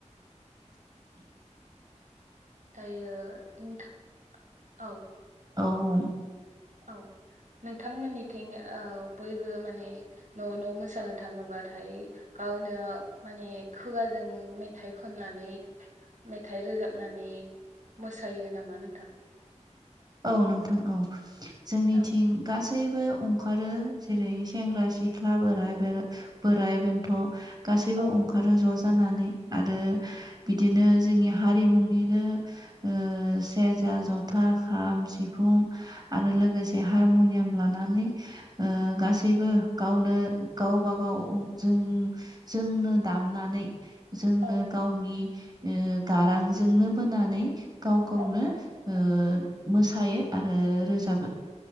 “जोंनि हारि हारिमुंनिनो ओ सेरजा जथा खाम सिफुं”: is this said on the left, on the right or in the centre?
Right